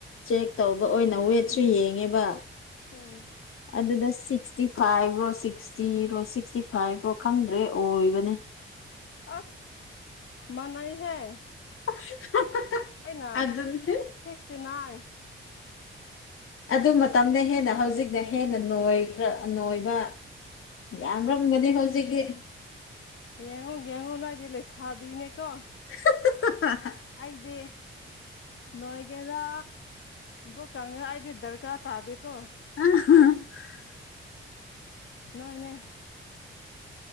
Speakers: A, on the left; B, on the left.
A: ꯆꯦꯛ ꯇꯧꯕ ꯑꯣꯏꯅ ꯋꯦꯠꯁꯨ ꯌꯦꯡꯉꯦꯕ
B: ꯎꯝ
A: ꯑꯗꯨꯗ ꯁꯤꯛꯁꯇꯤ ꯐꯥꯏꯚꯔꯣ ꯁꯤꯛ ꯁꯤꯛꯁꯇꯤꯔꯣ ꯁꯤꯛꯁꯇꯤ ꯐꯥꯏꯚꯔꯣ ꯈꯪꯗ꯭ꯔꯦ ꯑꯣꯏꯕꯅꯦ
B: ꯑꯁ ꯃꯅꯩꯍ‌ꯦ
A: <unintelligible>
B: ꯑꯩꯅ
A: ꯑꯗꯨꯅꯦ
B: ꯁꯤꯛꯁꯇꯤ ꯅꯥꯏꯟ
A: ꯑꯗꯨ ꯃꯇꯝꯗ ꯍꯦꯟꯅ ꯍꯧꯖꯤꯛꯅ ꯍꯦꯟꯅ ꯅꯣꯏꯕ꯭ꯔꯥ ꯅꯣꯏꯕ ꯌꯥꯝꯔꯝꯒꯅꯤ ꯍꯧꯖꯤꯛꯀꯤ
B: ꯌ‌ꯦꯡꯉꯨ ꯌ‌ꯦꯡꯉꯨ ꯅꯣꯏꯗꯤ ꯂꯩꯁꯕꯤꯅꯦꯀꯣ
A: <unintelligible>
B: ꯑꯩꯗꯤ ꯅꯣꯏꯒꯦꯔꯥ ꯄꯨꯛꯀꯪꯒꯦꯔꯥ ꯑꯩꯗꯤ ꯗꯔꯀꯥ ꯇꯥꯗꯦꯀꯣ
A: <unintelligible>
B: ꯅꯣꯏꯅꯦ